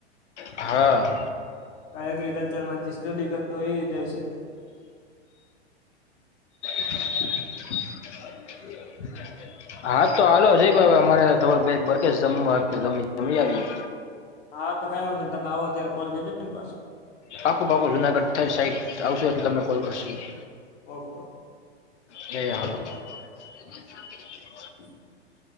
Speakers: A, on the left (about 80°); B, on the left (about 60°).
A: હા
B: એગ્રીિકલ્ચરમાંથી સ્ટડી કરતો એય જઈ શકો
A: <inaudible> <unintelligible> હા તો હાલો છે અમારે થ બ જમવામી જમી આવીએ
B: હા તો કઈ નંધ તમે આવો અત્યારે કોલ કરીજો ને પાછું
A: પાખો પાકોું જુનાગઢ સાઈડ આવશો એ તમને કોલ કરશું
B: ઓકે ઓકે
A: એ હાલ <inaudible> <unintelligible>
B: <inaudible>